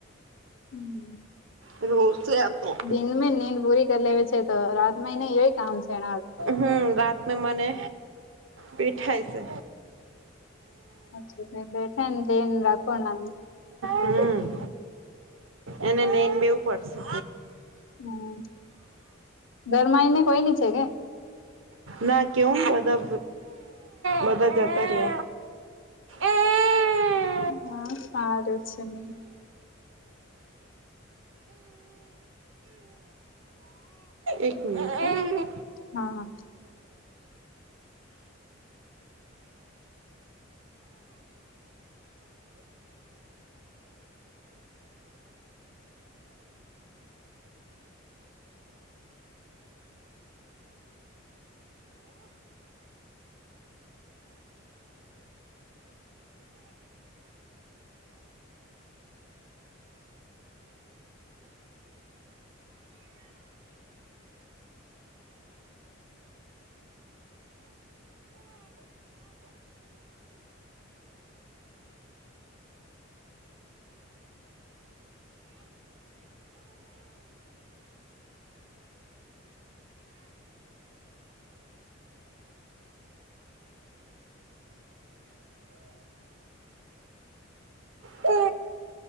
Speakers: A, on the left; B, on the right.
A: હું.
B: રોસયા હતો.
A: દિન નનીંદ પૂરી કરી લેવી છે, તો રાત માં એને એયોય કામ છે. એના
B: હું રાતને મને પીઠાય છે.
A: સાચવીને બેઠા ને જઈ ને રાખો, નાને
B: હું એને નન બેેવું પડશે.
A: હું ઘરમાં એને કોઈની છે, કે
B: ના કેવ બધા બધા જતા રહે. આ એ
A: હા સારું છે. ને
B: એક મિનિટ હોને,
A: હા
B: ઓ